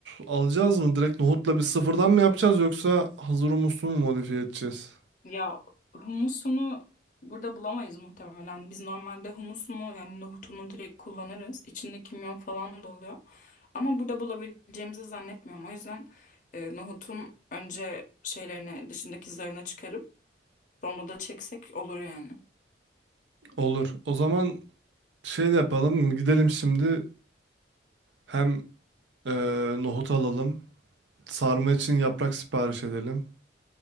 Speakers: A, on the right; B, on the left.
A: alacağız mı? Direkt nohutla bir sıfırdan mı yapacağız yoksa hazır humusu mu modifiye edeceğiz?
B: Ya humusunu burada bulamayız muhtemelen. Biz normalde humusunu yani nohutunu direkt kullanırız. İçinde kimyon falan da oluyor. Ama burada bulabileceğimizi zannetmiyorum. O yüzden e, nohutun önce şeylerini dışındaki zarına çıkarıp rondoda çeksek olur yani.
A: Olur. O zaman şey de yapalım. Gidelim şimdi hem e, nohut alalım. Sarma için yaprak sipariş edelim.